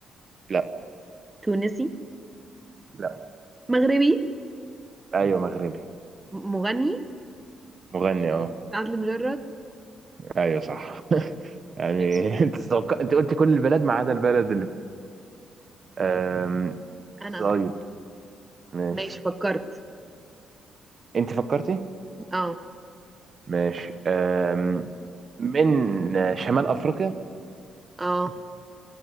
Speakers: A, on the right; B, on the right.
A: لا
B: تونسي
A: لا
B: مغربي
A: ايوه مغربي
B: م- مغني
A: مغني اه
B: عدلي مجرد
A: ايوه صح <laughs> يعني
B: ماشي
A: انت توق... انت قلت كل البلاد ما عدا البلد اللي آم،
B: انا
A: طيب
B: هفكر
A: ماشي
B: ماشي فكرت
A: انت فكرتي
B: اه
A: ماشي أم، من آه، شمال افريقيا
B: اه